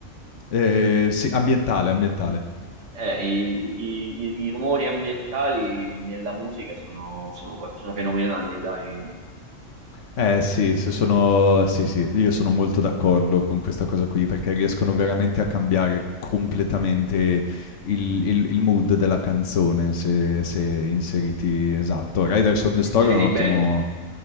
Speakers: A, on the left; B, on the right.
A: Eh, sì, ambientale, ambientale.
B: Eh, i, i- i- i rumori ambientali nella musica sono, sono, sono fenomenali, dai,
A: Eh sì, se sono sì, sì, io sono molto d'accordo con questa cosa qui, perché riescono veramente a cambiare completamente il il il mood della canzone se se inseriti esatto. Riders on the Storm
B: inseriti
A: è un ottimo
B: bene.